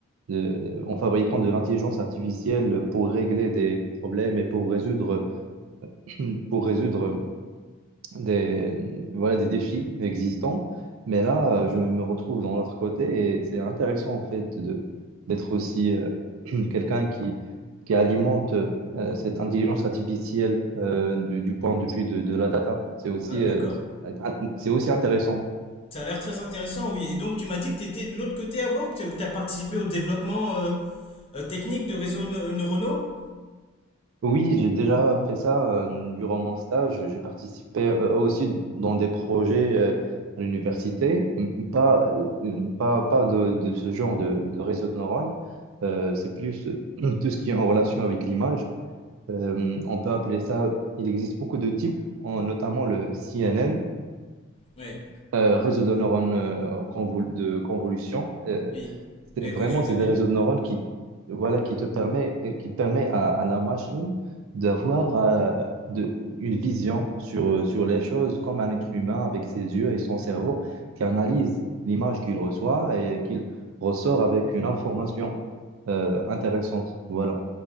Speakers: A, on the right; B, on the left.
A: de- en fabriquant de l'intelligence artificielle pour régler des problèmes et pour résoudre, <clears throat> pour résoudre des, voilà, des défis existants. Mais là, euh, je me retrouve dans l'autre côté et c'est intéressant en fait de d'être aussi euh, <clears throat> quelqu'un qui, qui alimente euh, cette intelligence artificielle euh, du, du point de vue de, de la data. C'est aussi,
B: Ah, d'accord.
A: euh, int- c'est aussi intéressant.
B: Ça a l'air très intéressant, oui. Et donc, tu m'as dit que tu étais de l'autre côté avant, que tu as participé au développement euh, euh, technique de réseaux neu- neuronaux?
A: Oui, j'ai déjà fait ça euh, durant mon stage. J'ai participé euh, aussi dans des projets euh, à l'université, M- pas, euh, pas, pas de, de ce genre de, de réseau de neurones. Euh, c'est plus euh, <clears throat> tout ce qui est en relation avec l'image. Euh, on peut appeler ça, il existe beaucoup de types, en- notamment le CNN
B: Oui.
A: euh, réseau de neurones euh, convol- de convolution. Euh,
B: Oui.
A: c'est
B: Oui,
A: vraiment
B: oui, je connais,
A: c'est des réseaux
B: oui.
A: de neurones qui voilà qui te permet et qui permet à, à la machine d'avoir euh, de- une vision sur euh, sur les choses comme un être humain avec ses yeux et son cerveau qui analyse l'image qu'il reçoit et qu'il ressort avec une information euh, intéressante. Voilà.